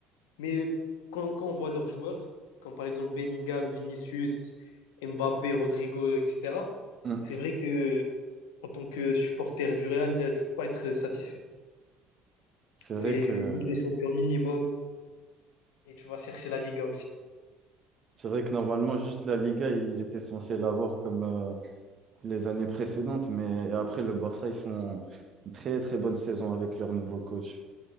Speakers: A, on the left; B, on the right.
A: mais quand, quand on voit leurs joueurs, comme par exemple Bellingham, Vinicius, Mbappé, Rodrigo, etc.,
B: Mm.
A: c'est vrai que en tant que supporter du Real, tu peux pas être satisfait.
B: C'est
A: C'est
B: vrai que
A: Ligue des Champions minimum et tu vas chercher la Liga aussi.
B: c'est vrai que normalement juste la Liga ils étaient censés l'avoir comme euh, les années précédentes, mais après le Barça ils font une très très bonne saison avec leur nouveau coach